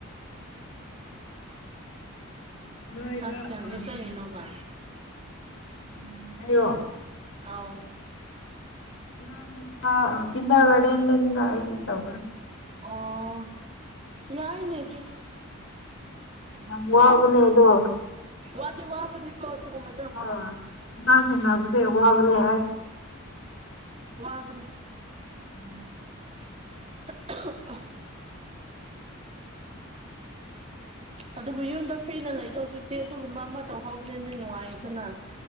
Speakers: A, on the left; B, on the right.
A: ꯅꯣꯏꯗ
B: ꯈꯥꯁ ꯊ
A: ꯑꯥ
B: ꯀꯦ ꯆꯅꯣꯕ
A: ꯎꯝ ꯍꯥꯏꯣ
B: ꯑꯥꯎ
A: ꯀꯒꯅꯤ ꯍꯥꯏ ꯇ
B: ꯑꯣ ꯌꯥꯏꯅꯦ ꯑꯗꯨ
A: ꯌꯥꯝ ꯃꯕꯅꯦꯗꯣ
B: ꯋꯥꯗꯤ ꯋꯥꯕꯅꯤꯀꯣ ꯑꯗꯨꯒꯨꯝꯕꯗꯣ
A: ꯑ ꯑ ꯁꯤꯅꯥꯕꯨꯁ ꯋꯥ ꯋꯥꯕꯅꯦ ꯍꯥꯏ
B: ꯃꯥꯕꯅꯦ
A: ꯎꯝ
B: <inaudible> ꯑꯗꯨꯕꯨ ꯌꯨꯝꯗ ꯐ꯭ꯔꯤꯅ ꯂꯩꯗꯧꯁꯨꯇꯦ ꯑꯗꯨꯒꯨꯝꯕ ꯑꯃ ꯇꯧꯍꯧꯕꯅꯤꯗꯤ ꯅꯨꯡꯉꯥꯏꯗꯅ